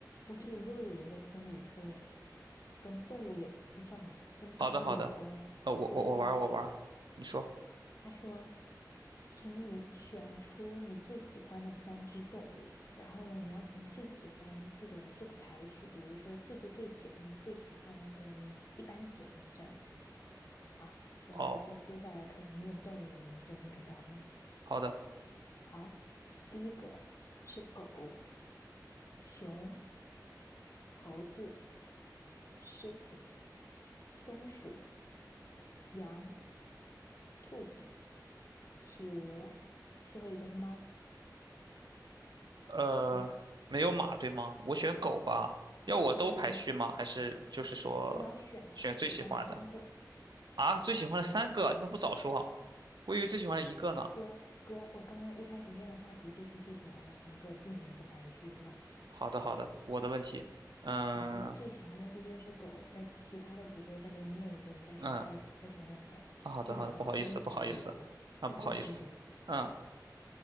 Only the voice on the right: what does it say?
<laughs> 好的，好的，呃，我我我玩儿我玩儿，
你说。
哦，
好的，
呃，
没有马对吗？我选狗吧。要我都排序吗？
还是就是说选最喜欢的
啊？最喜欢的三个，你怎么不早说啊？我以为最喜欢的一个呢。
好的，好的，我的问题。嗯
嗯，啊好的好的，
不好意思不好意思，
啊不好意思。
嗯，